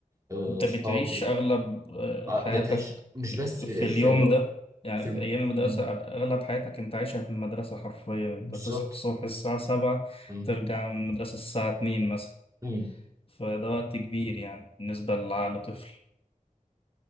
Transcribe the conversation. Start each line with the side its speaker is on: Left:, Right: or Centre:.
Right: آه،
Left: انت
Right: صحابي
Left: بتعيش اغلب آه،
Right: آه،
Left: حياتك
Right: بتعيش مش بس بتعيش
Left: في اليوم
Right: يعني لو
Left: ده يعني
Right: في
Left: في
Right: الم...
Left: ايام المدرسة
Right: مم،
Left: اغلب حياتك انت عايشها في المدرسة حرفيا انت
Right: بالظبط
Left: بتصحى الصبح الساعة سبعة
Right: مم،
Left: ترجع من المدرسة الساعة اتنين مثلا
Right: مم.
Left: فده وقت كبير يعني بالنسبة لعقل طفل